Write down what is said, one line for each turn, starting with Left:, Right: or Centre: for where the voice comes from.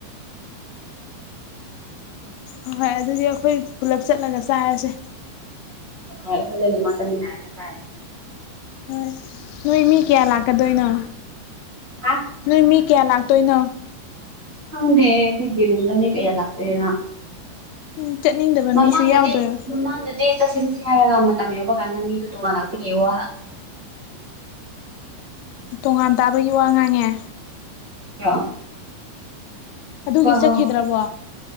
Left: ꯍꯣꯏ ꯍꯣꯏ ꯑꯗꯨꯗꯤ ꯑꯩꯈꯣꯏ ꯄꯨꯂꯞ ꯆꯠꯂꯒ ꯆꯥꯔꯁꯦ
Right: ꯍꯣꯏ ꯍꯣꯏꯂꯣꯏꯅ ꯃꯆꯟꯅꯥꯏꯔꯒ ꯆꯥꯏ
Left: ꯍꯣꯏ ꯅꯣꯏ ꯃꯤ ꯀꯌꯥ ꯂꯥꯛꯀꯗꯣꯏꯅꯣ
Right: ꯍꯥ
Left: ꯅꯣꯏ ꯃꯤ ꯀꯌꯥ ꯂꯥꯛꯇꯣꯏꯅꯣ
Right: ꯈꯪꯗꯦ ꯑꯩꯈꯣꯏꯒꯤꯔꯨꯝꯗꯅꯤ ꯀꯌꯥ ꯂꯥꯛꯇꯣꯏꯔꯥ
Left: ꯎꯝ ꯆꯠꯅꯤꯡꯗꯕ
Right: ꯃꯃꯥꯡꯗꯗꯤ
Left: ꯃꯤꯁꯨ ꯌꯥꯎꯗꯣꯏ
Right: ꯃꯃꯥꯡꯗꯗꯤ ꯆꯠꯁꯤ ꯆꯠꯁꯤ ꯍꯥꯏꯔꯒ ꯃꯇꯝ ꯌꯧꯕ ꯀꯥꯟꯗ ꯃꯤꯗꯨ ꯇꯣꯉꯥꯟꯂꯥꯛꯄꯒꯤ ꯋꯥ
Left: ꯇꯣꯉꯥꯟ ꯇꯥꯕꯒꯤ ꯋꯥ ꯉꯥꯡꯉꯦ
Right: ꯑ
Left: ꯑꯗꯨꯒꯤ
Right: ꯍꯣ
Left: ꯆꯠꯈꯤꯗ꯭ꯔꯕꯣ
Right: ꯍꯣ ꯍꯣꯏ